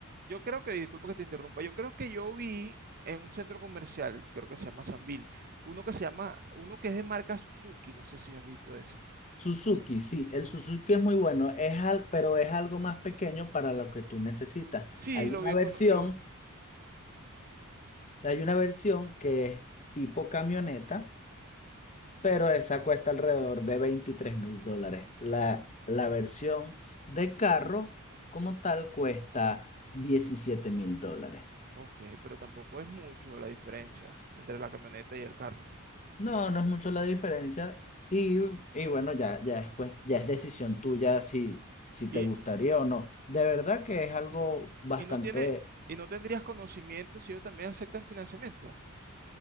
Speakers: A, on the right; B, on the left.
A: Yo creo que, disculpa que te interrumpa, yo creo que yo vi en un centro comercial, creo que se llama Sambil, uno que se llama, uno que es de marca Suzuki, no sé si has visto ese.
B: Suzuki, sí, el Suzuki es muy bueno, es al, pero es algo más pequeño para lo que tú necesitas.
A: Sí,
B: Hay
A: lo
B: una
A: vi
B: versión,
A: con, lo-
B: hay una versión que es tipo camioneta pero esa cuesta alrededor de veintitrés mil dólares. La, la versión de carro como tal cuesta diecisiete mil dólares.
A: ok, pero tampoco es mucho la diferencia entre la camioneta y el carro.
B: No, no es mucho la diferencia y, y bueno, ya, ya es, cues- ya es decisión tuya si, si
A: Y,
B: te gustaría o no. De verdad que es algo bastante...
A: y no tiene, y no tendrías conocimiento si ellos también aceptan financiamiento.